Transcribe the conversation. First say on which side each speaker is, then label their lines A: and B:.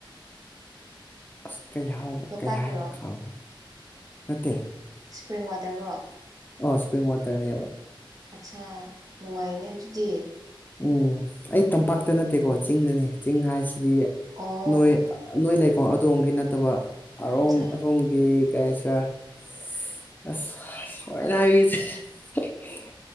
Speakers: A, on the left (about 20°); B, on the right (about 45°).
A: ꯑꯁ ꯀꯩ ꯍꯥꯎꯕ
B: ꯂꯣꯛꯇꯥꯛꯀꯤꯔꯣ
A: ꯀꯩ ꯍꯥꯏꯕ ꯈꯪꯉꯣꯢ ꯅꯠꯇꯦ
B: ꯁ꯭ꯄ꯭ꯔꯤꯡ ꯋꯥꯇꯔꯔꯣ
A: ꯑ ꯁꯄ꯭ꯔꯤꯡ ꯋꯥꯇꯔꯅꯦꯕ
B: ꯑꯠꯁꯥ ꯅꯨꯡꯉꯥꯏꯅꯦ ꯑꯗꯨꯗꯤ
A: ꯎꯝ ꯑꯩ ꯇꯝꯄꯥꯛꯇ ꯅꯠꯇꯦꯀꯣ ꯆꯤꯡꯗꯅꯦ ꯆꯤꯡ ꯍꯥꯏꯁꯤꯗꯤ
B: ꯑꯣ
A: ꯅꯣꯏ ꯅꯣꯏ ꯂꯩꯐꯝ ꯑꯗꯣꯝꯒꯤ ꯅꯠꯇꯕ ꯑꯥꯔꯣꯝ
B: ꯑꯠꯆꯥ
A: ꯑꯁꯣꯝ ꯒꯤ ꯀꯩ ꯍꯥꯏꯁꯤꯔꯥ <unintelligible> ꯑꯁ ꯍꯣꯔꯦꯟ <unintelligible>